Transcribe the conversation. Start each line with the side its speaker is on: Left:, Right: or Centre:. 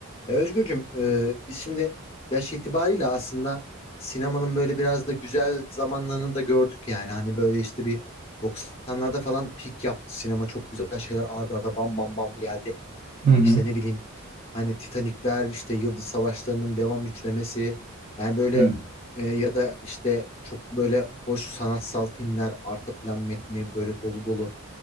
Left: E, Özgürcüm, e, biz şimdi yaş itibariyle aslında sinemanın böyle biraz da güzel zamanlarını da gördük yani. Hani böyle işte bir doksanlarda falan pik yaptı. Sinema çok güzel şeyler ardarda arda bam bam bam geldi.
Right: Hı hı.
Left: İşte ne bileyim hani Titanikler, işte Yıldız Savaşları'nın devam üçlemesi. Yani böyle
Right: Evet.
Left: e, ya da işte çok böyle hoş sanatsal filmler, arka plan metni böyle dolu dolu